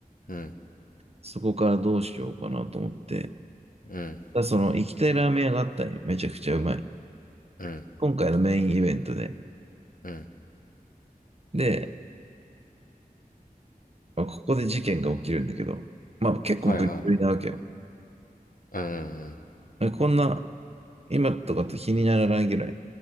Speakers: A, on the left (about 65°); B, on the right (about 40°).
A: うん、
B: そこからどうしようかなと思って、
A: うん、
B: だその行きたいラーメン屋があったんよ。めちゃくちゃうまい。
A: うん、
B: 今回のメインイベントで。
A: うん。
B: で、まあここで事件が起きるんだけど、まあ結構ブリブリなわけよ。
A: はいはい。うん、うん、
B: うん、こんな、今とかと気にならないぐらい。